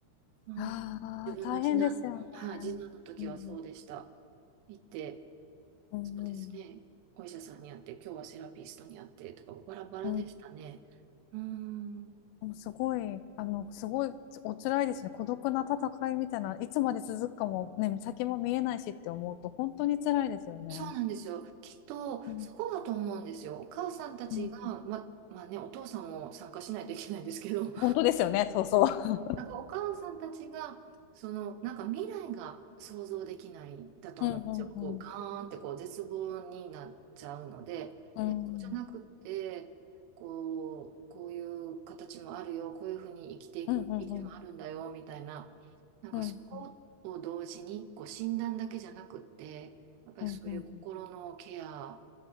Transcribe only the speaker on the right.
うん。
自分の次男の、
はい、次男の時はそうでした。
行って、
そうですね。お医者さんに会って、今日はセラピストに会ってとか、バラバラでしたね。
うん。
そうなんですよ。きっと、
そこだと思うんですよ。お母さんたちが、
ま、まあね、お父さんも参加しないといけないんですけど、
なんかお母さんたちが、その、なんか未来が想像できないんだと思うんですよ。
こう、
ガーンってこう、絶望になっちゃうので、
いや、そうじゃなくて、こう、こういう形もあるよ、こういうふうに生きていく道もあるんだよ、
みたいな、なんかそこを同時に、
こう、診断だけじゃなくって、やっぱりそういう心のケア